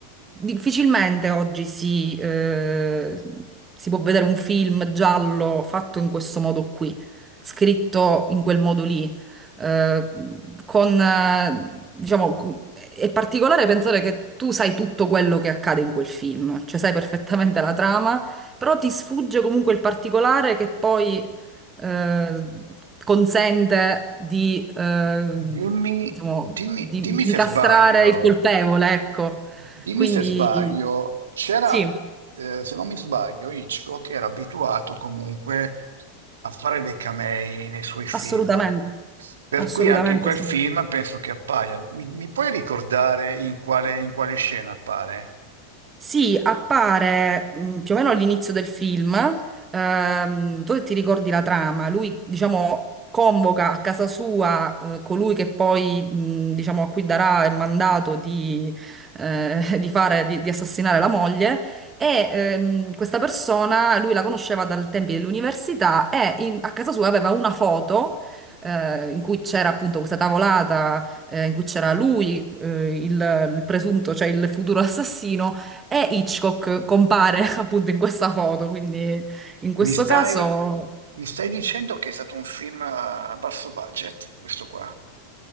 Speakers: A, on the right; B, on the right.
A: difficilmente oggi si, eh, si può vedere un film giallo fatto in questo modo qui, scritto in quel modo lì. eh, con, eh, diciamo, cu- è particolare pensare che tu sai tutto quello che accade in quel film, cioè sai perfettamente la trama, però ti sfugge comunque il particolare che poi eh, consente di, eh,
B: Dimmi,
A: diciamo,
B: dimmi,
A: di,
B: dimmi
A: di
B: se
A: incastrare
B: sbaglio.
A: il colpevole, ecco.
B: Dimmi
A: Quindi
B: se sbaglio, c'era,
A: sì,
B: eh, se non mi sbaglio, Hitchcock era abituato comunque a fare dei camei nei suoi film,
A: assolutamente,
B: per
A: assolutamente
B: cui anche in quel
A: sì.
B: film penso che appaia. Mi, mi puoi ricordare in quale, in quale scena appare?
A: Sì, appare mh, più o meno all'inizio del film. ehm, tu ti ricordi la trama? Lui, diciamo, convoca a casa sua eh, colui che poi, mh, diciamo, a cui darà il mandato di, eh, <laughs> di fare, di, di assassinare la moglie. E ehm, questa persona, lui la conosceva dal tempi dell'università e in- a casa sua aveva una foto. eh, in cui c'era appunto questa tavolata, eh, in cui c'era lui, eh, il il presunto, cioè il futuro <laughs> assassino, e Hitchcock compare <laughs> appunto in questa foto, quindi in questo
B: Mi stai,
A: caso,
B: mi stai dicendo che è stato un film a basso budget, questo qua?